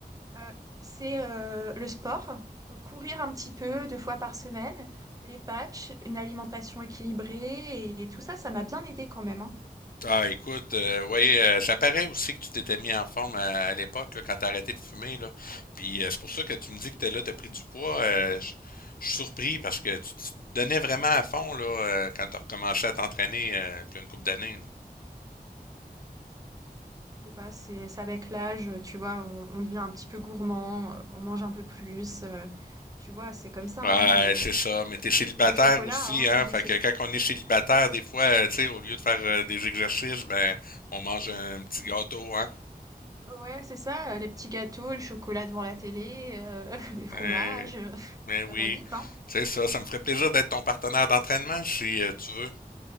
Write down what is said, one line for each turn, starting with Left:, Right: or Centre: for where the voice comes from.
Right: Euh, c'est euh, le sport, courir un petit peu deux fois par semaine, les patchs, une alimentation équilibrée et, tout ça, ça m'a bien aidé quand même. hein.
Left: Ah, écoute, euh, ouais, euh, ça paraît aussi que tu t'étais mis en forme à, à l'époque, là, quand t'as arrêté de fumer, là. Puis euh, c'est pour ça que tu me dis que t'es là, t'as pris du poids. euh, je je suis surpris parce que tu, tu te donnais vraiment à fond, là, euh, quand t'as recommencé à t'entraîner, euh, il y a une couple d'années, là.
Right: Je sais pas, c'est c'est avec l'âge, tu vois, on, on devient un petit peu gourmand, euh, on mange un peu plus, euh, tu vois, c'est comme ça.
Left: Ouais,
Right: hein,
Left: c'est
Right: euh.
Left: ça, mais t'es célibataire
Right: Et le chocolat,
Left: aussi,
Right: hein,
Left: hein.
Right: le
Left: Fait
Right: cho-
Left: que quand on est célibataire, des fois, euh, tu sais, au lieu de faire euh, des exercices, ben, on mange un petit
Right: Mm.
Left: gâteau, hein.
Right: Ouais, c'est ça, euh, les petits gâteaux, le chocolat devant la télé, euh, <laughs> les fromages,
Left: Ouais.
Right: euh,
Left: Mais
Right: <laughs>
Left: oui,
Right: ça va vite, hein.
Left: c'est ça. Ça me ferait plaisir d'être ton partenaire d'entraînement si euh, tu veux.